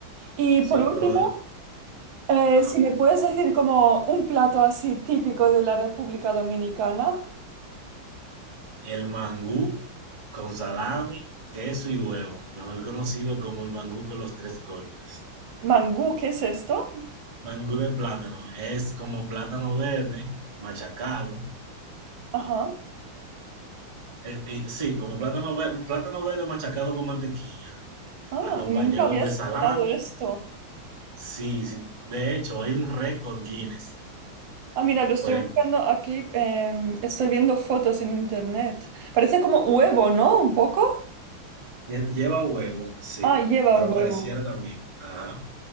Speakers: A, on the right (about 70°); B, on the right (about 30°).
A: Y
B: sí,
A: por último,
B: pero de-
A: Eh,
B: ajá.
A: si me puedes decir como un plato así típico de la República Dominicana.
B: El mangú con salami, queso y huevo, mejor conocido como el mangú con los tres golpes.
A: Mangú, ¿qué es esto?
B: Mangú de plátano, es como plátano verde machacado,
A: Ajá.
B: eh, eh, sí, como plátano verde, plátano verde machacado con mantequilla,
A: Ah,
B: acompañado
A: nunca había
B: de
A: escuchado
B: salami.
A: esto.
B: Sí, sí, de hecho hay un récord Guinness
A: Ah, mira, lo estoy
B: por
A: buscando
B: el
A: aquí. em, estoy viendo fotos en internet. Parece como huevo, ¿no? Un poco.
B: lle- lleva huevo, sí,
A: Ah, lleva
B: pero
A: huevo.
B: pareciera también, ajá,